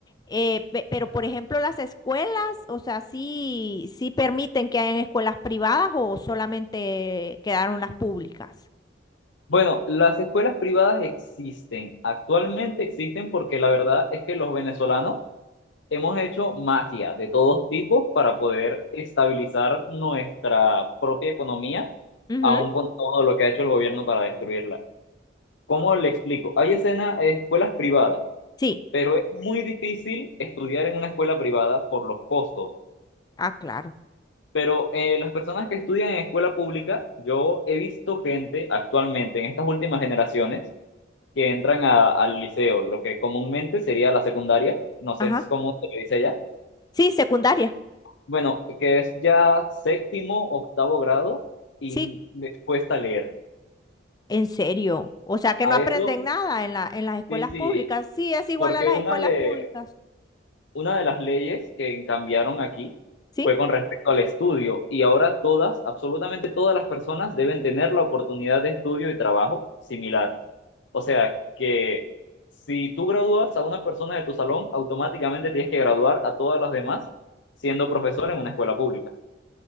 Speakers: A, on the left; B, on the left.
A: Eh, pe- pero, por ejemplo, las escuelas, o sea, sí, sí permiten que hayan escuelas privadas o solamente quedaron las públicas.
B: Bueno, las escuelas privadas existen, actualmente existen porque la verdad es que los venezolanos Hemos hecho magia de todos tipos para poder estabilizar nuestra propia economía,
A: Ujú,
B: aun con todo lo que ha hecho el gobierno para destruirla. ¿Cómo le explico? Hay escena, eh, escuelas privadas,
A: Sí.
B: pero es muy difícil estudiar en una escuela privada por los costos.
A: Ah, claro.
B: Pero eh, las personas que estudian en escuela pública, yo he visto gente actualmente en estas últimas generaciones que entran a- al liceo, lo que comúnmente sería la secundaria, no sé
A: Ajá.
B: cómo se le dice allá
A: Sí, secundaria.
B: Bueno, que es ya séptimo, octavo grado y
A: Sí,
B: les cuesta leer.
A: en serio. O sea que
B: A
A: no aprenden
B: eso,
A: nada en la, en las escuelas
B: sí, sí,
A: públicas. Sí, es igual
B: porque
A: a las
B: una
A: escuelas
B: de,
A: públicas.
B: una de las leyes que cambiaron aquí
A: Sí,
B: fue con respecto al estudio y ahora todas, absolutamente todas las personas deben tener la oportunidad de estudio y trabajo similar. O sea, que si tú gradúas a una persona de tu salón, automáticamente tienes que graduar a todas las demás siendo profesor en una escuela pública.